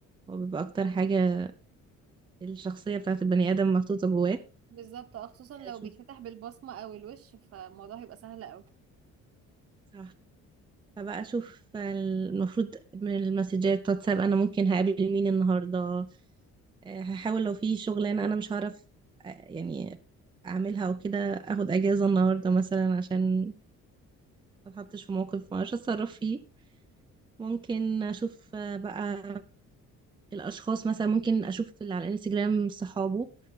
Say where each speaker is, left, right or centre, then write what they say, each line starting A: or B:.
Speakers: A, on the right; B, on the right.
A: هو بيبقى اكتر حاجة الشخصية بتاعت البني ادم محطوطة جواه
B: بالظبط اه خصوصا لو
A: اشوف
B: بيتفتح بالبصمة او الوش فالموضوع هيبقى سهل اوي
A: صح فبقى اشوف المفروض من المسجات واتساب انا ممكن هقابل مين النهاردة آه، هحاول لو في شغلانة انا مش هعرف آه، يعني اعملها او كده اخد اجازة النهاردة مثلا عشان ما اتحطش في موقف ما اعرفش اتصرف فيه ممكن اشوف آه، بقى الاشخاص مثلا ممكن اشوف اللي على الانستجرام صحابه